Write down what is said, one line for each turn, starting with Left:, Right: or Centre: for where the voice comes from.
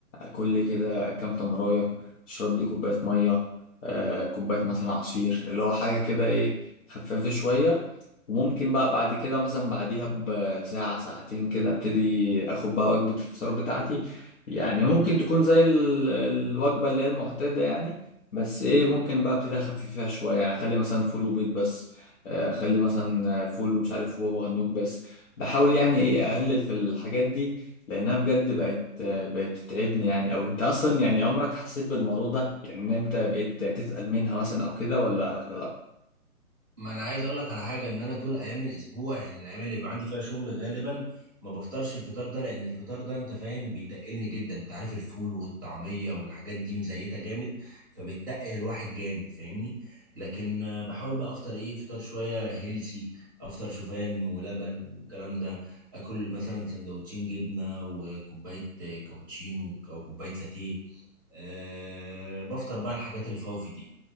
Left: كل كده كام تمراية اشرب لي كوباية مية آه، كوباية مثلا عصير اللي هو حاجة كده ايه خفافة شوية وممكن بقى بعد كده مثلا بعديها بساعة ساعتين كده ابتدي اخد بقى وجبة الفطار بتاعتي يعني ممكن تكون زي ال- الوجبة اللي هي المعتادة يعني بس ايه ممكن بقى ابتدي اخفف فيها شوية يعني اخلي مثلا فول وبيض بس آه، اخلي مثلا فول ومش عارف بابا غنوج بس بحاول يعني ايه اقلل في الحاجات دي لانها بجد بقت بقت تتعبني يعني او انت اصلا يعني عمرك حسيت بالموضوع ده يعني ان انت بقيت تسأل منها مثلا او كده ولا ولا لا
Right: ما انا عايز اقول لك على حاجه ان انا طول ايام الاسبوع يعني الايام اللي بيبقى عندي فيها شغل غالبا ما بفطرش الفطار ده لان الفطار ده انت فاهم بيتقلني جدا انت عارف الفول والطعميه والحاجات دي مزيته جامد فبتقل الواحد جامد فاهمني لكن آه، بحاول بقى افطر ايه فطار شويه هيلسي افطر شوفان ولبن والكلام ده اكل مثلا سندوتشين جبنه وكوبايه آه، كابتشينو او كوبايه لاتيه أه بفطر بقى الحاجات الفافي دي